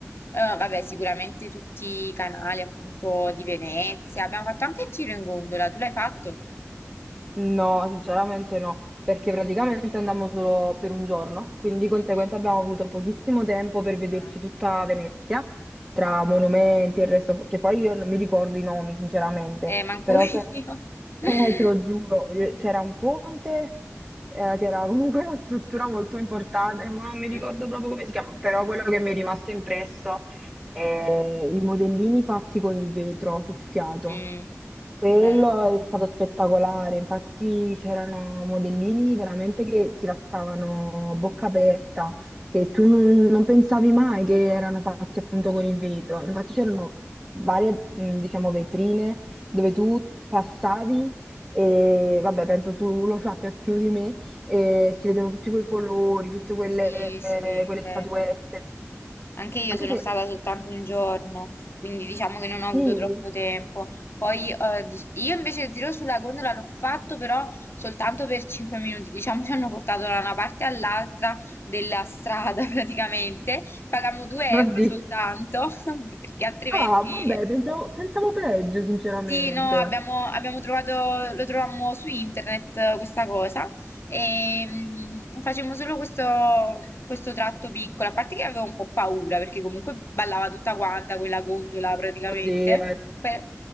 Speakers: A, on the left; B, on the right.
A: eh, vabbè, sicuramente tutti i canali appunto di Venezia. Abbiamo fatto anche il giro in gondola. Tu l'hai fatto?
B: No, sinceramente no, perché praticamente andammo solo per un giorno, quindi di conseguenza
A: Mhm.
B: abbiamo avuto pochissimo tempo per vederci
A: Ah,
B: tutta
A: ok.
B: Venezia, tra monumenti e il resto, che poi io non mi ricordo i nomi, sinceramente,
A: Eh, manco
B: però
A: io.
B: c'erano
A: <laughs>
B: eh, te lo giuro, eh, c'era un ponte eh, che era comunque una struttura molto importante, ma non
A: Mhm.
B: mi ricordo proprio come si chiama, però quello che mi è rimasto impresso è i modellini fatti con il vetro soffiato.
A: Mm,
B: Quello
A: bello.
B: è stato spettacolare, infatti c'erano modellini veramente che ti lasciavano a bocca aperta, che tu non, non pensavi mai che erano fatti appunto con il vetro. Infatti c'erano varie, mh, diciamo, vetrine dove tu passavi. E vabbè, penso tu lo sappia più di me. E si vedono tutti quei colori, tutte quelle,
A: Sì,
B: eh,
A: sì,
B: quelle
A: bello.
B: statuette.
A: Anche io
B: Anche
A: sono
B: se
A: stata soltanto un giorno, quindi diciamo che non ho avuto
B: sì,
A: troppo tempo. Poi eh, di- io invece il giro sulla gondola l'ho fatto però soltanto per 5 minuti, diciamo ci hanno portato da una parte all'altra della strada <laughs> praticamente, pagammo 2 euro
B: oddio.
A: soltanto <laughs> perché altrimenti
B: Ah, vabbè, pensavo, pensavo peggio, sinceramente.
A: sì, no, abbiamo, abbiamo trovato, lo trovammo su internet eh, questa cosa e mm, facemmo solo questo, questo tratto piccolo, a parte che avevo un po' paura perché comunque ballava tutta quanta quella gondola praticamente,
B: Oddio, ecco,
A: per,